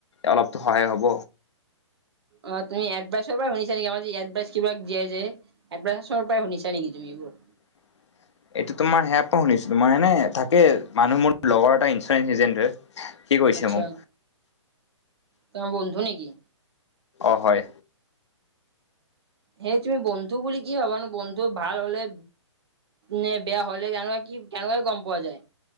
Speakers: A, on the left; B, on the right.
A: অলপতো সহায় হ'ব।
B: অ তুমি এডভাইচৰ পৰা শুনিছা নেকি আমাৰ যে এডভাইচ কিবাক দিয়াই যে এডভাইৰ পৰা শুনিছা নেকি তুমি এইবোৰ
A: <unintelligible> এইটো তোমাৰ সেয়াপ পৰা শুনিছোঁ তোমাৰ এনে থাকে মানুহ মোৰ লগৰ এটা ইঞ্চুৰেঞ্চ এজেন্ট হয়। কি কৈছে
B: আচ্ছা
A: মোক?
B: তোমাৰ বন্ধু নেকি
A: অ হয়
B: সেই তুমি বন্ধু বুলি কি ভাবানো বন্ধু ভাল হ'লে নে বেয়া হ'লে কেনেুৱা কি কেনেকুৱাই গম পোৱা যায়?